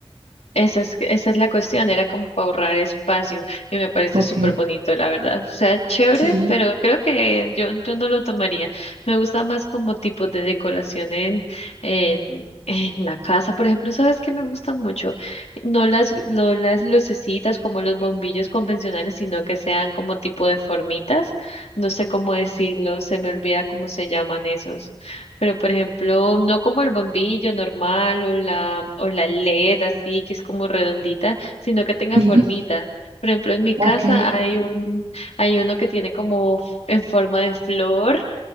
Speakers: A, on the left; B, on the right.
A: Esa es, esa es la cuestión, era como para ahorrar espacio y me parece
B: Ok,
A: súper bonito, la verdad. O sea, chévere,
B: sí,
A: pero creo que yo, yo no lo tomaría. Me gusta más como tipo de decoración en, en, <laughs> en la casa. Por ejemplo, ¿sabes qué me gusta mucho? No las, no las lucecitas como los bombillos convencionales, sino que sean como tipo de formitas. No sé cómo decirlo, se me olvida cómo se llaman esos. Pero, por ejemplo, no como el bombillo normal o la, o la LED así, que es como redondita, sino que tenga
B: sí,
A: formitas. Por ejemplo, en mi casa
B: ok.
A: hay un, hay uno que tiene como en forma de flor,